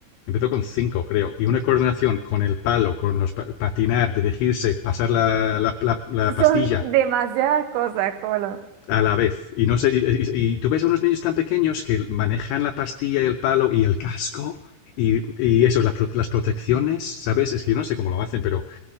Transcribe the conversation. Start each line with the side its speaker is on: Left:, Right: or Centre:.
Left: Empezó con 5, creo. Y una coordinación con el palo, con los pa- patinar, dirigirse, pasar la, la- la- la
Right: <laughs>
Left: pastilla
Right: Son demasiadas cosas, Colo.
Left: a la vez. Y no sé, y, y- y tú ves a unos niños tan pequeños que manejan la pastilla y el palo y el casco y, y eso, la pro- las protecciones, ¿sabes? Es que yo no sé cómo lo hacen, pero,